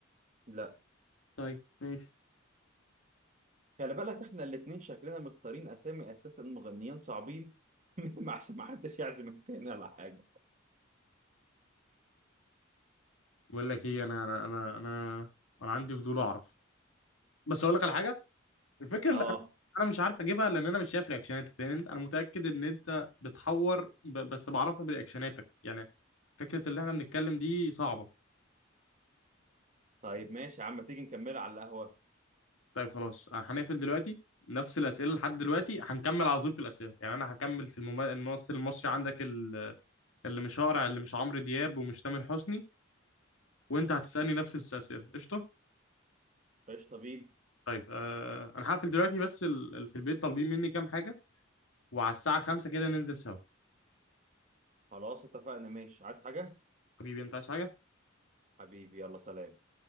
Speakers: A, on the right; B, on the left.
A: لا
B: طيب ماشي
A: خلي بالك احنا الاتنين شكلنا مختارين أسامي أساسا مغنيين صعبين <laughs> عشان ما حدش يعزم التاني ولا حاجة
B: بقول لك ايه انا انا انا انا انا عندي فضول اعرف بس اقول لك على حاجه الفكره
A: اه
B: اللي انا أنا مش عارف اجيبها لان انا مش شايف رياكشناتك لان انت انا متاكد ان انت بتحور ب... بس بعرفها برياكشناتك يعني فكرة اللي احنا بنتكلم دي صعبة
A: طيب ماشي يا عم تيجي نكملها على القهوة
B: طيب خلاص آه، هنقفل دلوقتي نفس الأسئلة لحد دلوقتي هنكمل على طول في الأسئلة يعني أنا هكمل في الممثل الممثل المصري عندك ال- اللي مش هقرع اللي مش عمرو دياب ومش تامر حسني وأنت هتسألني نفس الأسئلة قشطة
A: قشطة بينا
B: طيب آه أنا هقفل دلوقتي بس ال... ال- في البيت طالبين مني كام حاجة وعلى الساعة خمسة كده ننزل سوا
A: خلاص اتفقنا ماشي عايز حاجة؟
B: حبيبي أنت عايز حاجة؟
A: حبيبي يلا سلام